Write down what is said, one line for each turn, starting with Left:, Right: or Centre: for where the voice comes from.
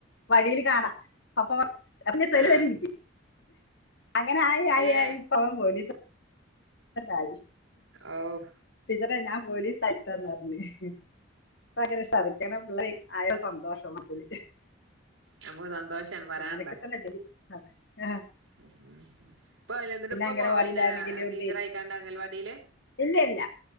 Left: വഴിയിൽ കാണാം അപ്പൊ അപൊ സതരും
Right: ആഹ്
Left: നിക്ക് അങ്ങനെ ആയി ആയി
Right: നേ
Left: ആയി പോവാൻ പോലീ ആയി
Right: ഓഹ്
Left: ടീച്ചറെ ഞാൻ പോലീസ് ആയിട്ടൊന്ന് പറഞ്ഞ്ഭയങ്കര ഷറക്കണ പിള്ളേ ആയ സന്തോഷം <unintelligible>
Right: ഞമ്മക്ക് സന്തോഷം പറയാനുണ്ടാ
Left: അങ്ങനെയൊക്കെ തന്നെ ചെയ്യും അതെ
Right: ഉ ഇപ്പ അ എന്നിട്ട്
Left: പിന്നെ
Right: ഇപ്പ
Left: അംഗനവാടിയിലാണെങ്കിലും
Right: പോവലില്ലേ ടീച്ചർ ആയിക്കാണ്ട് അംഗൽവാടിയില്
Left: ഇല്ല ഇല്ല